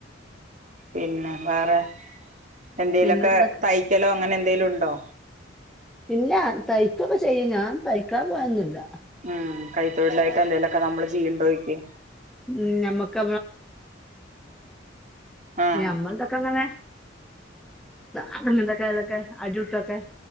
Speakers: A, on the right; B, in the centre.
A: പിന്നെ വേറെ എന്തേലൊക്കെ
B: പിന്നെന്തൊക്കെ
A: തയ്ക്കലോ അങ്ങനെ എന്തേലുണ്ടോ
B: ഇല്ല തയ്ക്കക്ക ചെയ്യും ഞാൻ തയ്ക്കാൻ പോയന്നില്ല
A: ഉം കൈ തൊഴിലായിട്ട് എന്തേലൊക്കെ നമ്മള് ചെയ്യണ്ടോയ്ക്ക്
B: ഉം ഞമ്മക്ക്
A: ആഹ്
B: ന അമ്മ എന്തൊക്കെ അങ്ങനെ അങ്ങെന്തൊക്കെ ഇതൊക്കെ അടിട്ടക്കെ